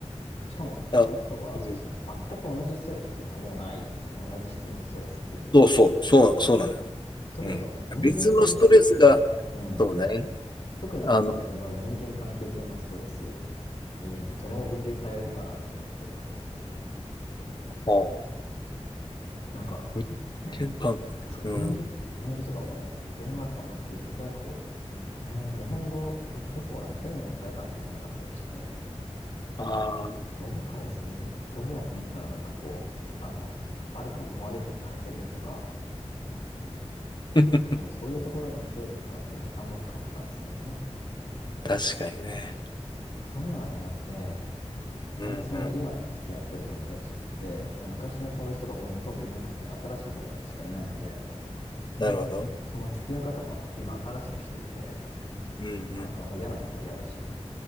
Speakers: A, on the left; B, on the left.
A: しかも、
B: あ、
A: あとはそうですね、
B: うん、
A: 全く同じストレスっていうのはもうないですね。同じ質のストレスっていうのは。
B: そうそう、そう、そうなのよ。
A: 特にその人間関係、
B: うん。別のストレスが、
A: うん。
B: そうね。
A: 特に自分の場合は人間関係系のストレス
B: あの、
A: にどれも分類されるのかなと思ってるんですけど、
B: う。
A: なんか
B: 人間関係。
A: ね、そう、
B: うん。
A: メール、メールとかも電話とかもなんか結局なんかこう、えー日本語だと結構なんか丁寧に返さなきゃいけなかったりして、
B: ああ。
A: なんかどう返すどうやったらなんかこう、
B: うん
A: あの、悪く思われずに返せるとか
B: <laughs>
A: 結構そういうところにストレス使って時間も使ってたんですよね。
B: 確かにね。
A: そういうのなくなって、
B: うんうん。
A: 割とその今付き合ってる友達って、まあ、昔の友達とかほもうほとんどいなくて、新しい友達しかいないので、なんだろうな、
B: なるほど。
A: その付き合い方も今新しくしていて、
B: うんうん
A: なんかもう嫌なことは嫌だし、